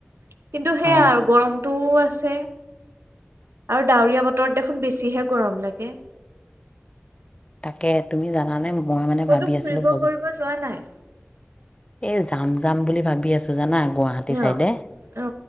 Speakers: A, on the right (about 80°); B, on the left (about 25°).
A: কিন্তু সেয়া
B: অ
A: আৰু গৰমটো আছে। আছে ডাৱৰীয়া বতৰত দেখোন বেছিহে গৰম লাগে
B: তাকে তুমি জানানে মোক মই মানে
A: ক'তো
B: ভাবি আছিলো
A: ফুৰিব
B: বজাৰ
A: কৰিব যোৱা নাই
B: এই যাম যাম বুলি ভাবি আছো জানা গুৱাহাটী
A: ন
B: চাইডে
A: অ